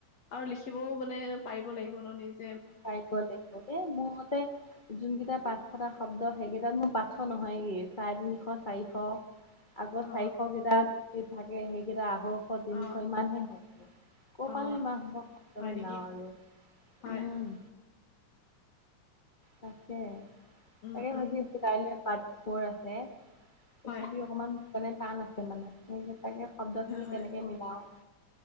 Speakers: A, on the left; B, on the left.
A: আৰু লিখিবও মানে, পাৰিব লাগিব ন নিজ
B: হয় সেই তাকে। এই মোৰ মতে যিকেইটা পাঁচশটা শব্দ, সেইকেইটাত মোৰ পাঁচশ নহয়গৈ! চাৰে তিনিশ চাৰিশ আগে
A: অ
B: চাৰিশ কেইটা যি থাকে সেইকেইটা আঢ়ৈশ তিনিশ
A: অ
B: ইমান হে হয়। ক'পানো
A: অ
B: ইমান সোপা শব্দ
A: হয়
B: মিলাওঁ
A: নেকি
B: আৰু
A: হয়
B: উম। তাকে
A: উম
B: তাকে
A: উম
B: ভাজি আছোঁ কাইলৈ পাৰ্ট ফ'ৰ আছে। তথাপিও
A: হয়
B: অকণমান মানে টান আছে মানে সেই তাকে শব্দখিনি
A: হয়
B: কেনেকৈ মিলাওঁ।